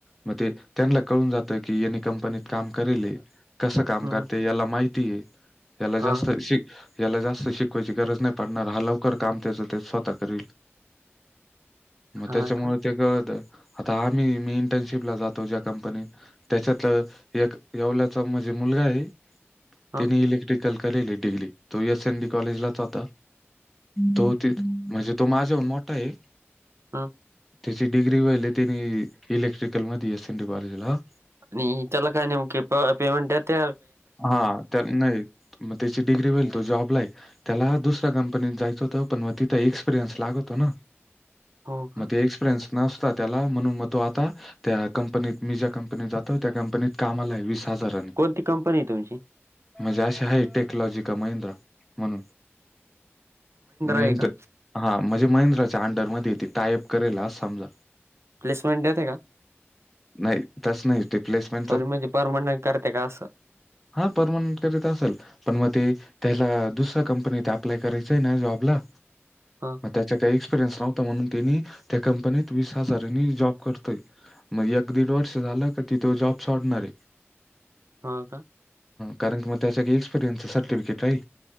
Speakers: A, in the centre; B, on the right.
A: मग ते त्यांना कळून जात की यांनी कंपनीत काम करेले कस काम
B: हं.
A: करते याला माहिती आहे याला
B: हां,
A: जास्त शे याला जास्त शिकवायची गरज नाही पडणार हा लवकर काम त्याच ते स्वतः करील. मग
B: हां
A: त्याच्यामुळे
B: का?
A: ते कळत आता आम्ही मी इंटर्नशिप ला जातो ज्या कंपनीत त्याच्यात एक येवल्याचा माझे मुलगा आहे
B: हां,
A: तिने इलेक्ट्रिकल कलेली डिग्री तो एस एन डी कॉलेजलाच होता. तो ते म्हणजे तो माझ्याहून मोठा आहे.
B: हा
A: ते डिग्री वहिले ते इलेक्ट्रिकल दि एस स एनटी काँलेजला
B: नाही त्याला काय नेमके पेमेंट यते?
A: हा नाही मग त्याची डिग्री वईल तो जॉबला ये. त्याला दुसऱ्या कंपनीत जायचं होतं पण मग तिंथ एक्सपिरियन्स लागतो ना.
B: हो का?
A: मग ते एक्सपिरियन्स नसता त्याला म्हणून मग तो आता त्या कंपनीत मी ज्या कंपनीत जातो त्या कंपनीत काम आला आहे वीस हजाराने.
B: कोणती कंपनी आहे तुमची?
A: म्हणजे अे आहे टेक्नॉलॉजी का महिंद्रा म्हणून मी.
B: आहे का?
A: हा म्हणजे महिंद्राच्या अंडरमध्ये ये टायप करायला अस समजा.
B: प्लेसमेंट देते का?
A: नाही तस नाही. ते प्लेसमेनट
B: सॉरी म्हणजे परमनंट करते आसं.
A: हा परमनंट करीत असेल. पण मग ते त्याला दुसऱ्या कंपनीत अप्लाय करायचंय ना जॉबला.
B: हां,
A: मग त्याचा काही एक्सपिरियन्स नव्हता म्हणून त्यांनी त्या कंपनीत वीस हजारांनी जॉब करतोय. मग एक दीड वर्ष झालं का तो जॉब सोडणार आहे.
B: हो का?
A: कारण मग त्याच्या एक्सपिरियन्सच सर्टिफिकेट आहे